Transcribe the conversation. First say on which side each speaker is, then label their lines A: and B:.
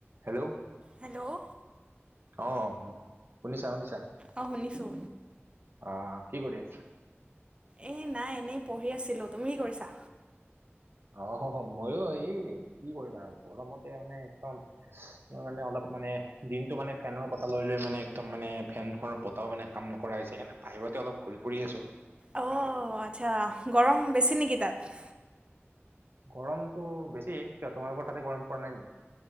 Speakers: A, on the right; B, on the right.
A: হেল্ল'
B: হেল্ল'
A: আহ শুনিছা শুনিছা।
B: অঁ শুনিছোঁ
A: অ কি কৰি আছ?
B: এই নাই এনেই পঢ়ি আছিলোঁ তুমি কি কৰিছা?
A: অ ময়ো এই কি কৰিম আৰু গৰমতে মানে একদম তাৰ মানে অলপ মানে দিনটো মানে ফেনৰ বতাহ লৈ লৈ মানে একদম মানে ফেন খনৰ বতটাও মানে কাম নকৰা হৈছে স বাহিৰতে অলপ ঘূৰি ফুৰি আছো।
B: অঁ আচ্ছা গৰম বেছি নেকি তাত?
A: গৰমতটো বেছি কিয় তোমালোকৰ তাতে গৰম পৰা নাই নকি?